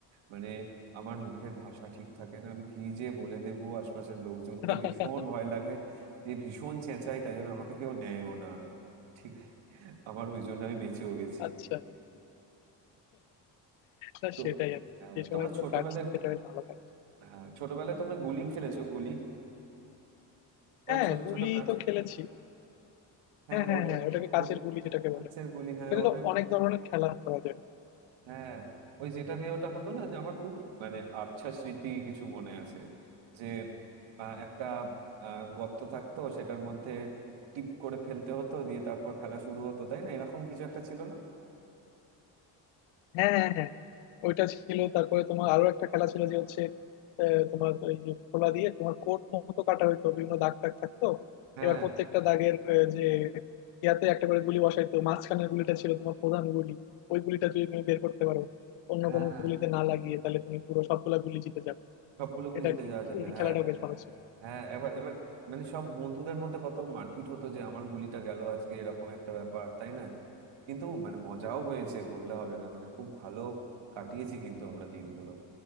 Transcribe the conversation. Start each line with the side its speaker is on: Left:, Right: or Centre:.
Right: মানে আমার মুখের ভাষা ঠিক থাকে না আমি কি যে বলে দেবো আশপাশের লোকজনকে
Left: <laughs>
Right: ভীষণ ভয় লাগে দিয়ে ভীষণ চেঁচাই তাই জন্য আমাকে কেউ নেয়ও না আর। ঠিক আছে আমার ওই জন্য আমি বেঁচেও গেছি
Left: আচ্ছা না
Right: তো
Left: সেটাই আর কি।
Right: আহ,
Left: যে সময়গুলো
Right: তোমরা ছোটবেলায়
Left: কাটছে সেটা বেশ ভালো কাটছে
Right: হ্যাঁ ছোটবেলায় তোমরা গুলি খেলেছো গুলি ওই
Left: হ্যাঁ
Right: ছোট
Left: গুলি
Right: ছোট কাঁচ
Left: তো খেলেছি
Right: হ্যাঁ
Left: হ্যাঁ হ্যাঁ
Right: ওটা
Left: হ্যাঁ ওটাকে কাঁচের
Right: ওট-
Left: গুলি যেটাকে
Right: কাঁচের
Left: বলে
Right: গুলি হ্যাঁ
Left: ওটাতে
Right: ওটা
Left: তো অনেক ধরনের খেলা করা যায়
Right: হ্যাঁ ওই যেটা দিয়ে ওটা হতো না যে আমার খুব মানে আবছা স্মৃতি কিছু মনে আছে যে আহ, একটা আহ, গর্ত থাকতো সেটার মধ্যে টিপ করে ফেলতে হতো দিয়ে তারপর খেলা শুরু হতো তাই না এরকম কিছু একটা ছিল না
Left: হ্যাঁ হ্যাঁ হ্যাঁ ওইটা ছিল তারপরে তোমার আরো একটা খেলা ছিল যে হচ্ছে আহ, তোমার এই যে খোলা দিয়ে তোমার কোট মতো কাটা হইতো বিভিন্ন দাগ টাগ থাকতো
Right: হ্যাঁ
Left: এবার প্রত্যেকটা দাগের আহ, যে ইয়াতে একটা করে গুলি বসাইতো মাঝখানের গুলিটা ছিল তোমার প্রধান গুলি ওই গুলিটা যদি তুমি বের করতে পারো অন্য
Right: হ্যাঁ
Left: কোনো গুলিতে না লাগিয়ে তাহলে তুমি পুরো সবগুলা গুলি জিতে যাবে
Right: সবগুলো গুলি
Left: এটা
Right: জিতে
Left: কি
Right: যাওয়া যাবে
Left: এই
Right: হ্যাঁ
Left: খেলাটা বেশ ভালো ছিল
Right: হ্যাঁ এবার এবার মানে সব বন্ধুদের মধ্যে কত মারপিট হতো যে আমার গুলিটা গেল আজকে এরকম একটা ব্যাপার তাই না কিন্তু মানে মজাও হয়েছে বললে হবে না মানে খুব ভালো কাটিয়েছি কিন্তু আমরা দিনগুলো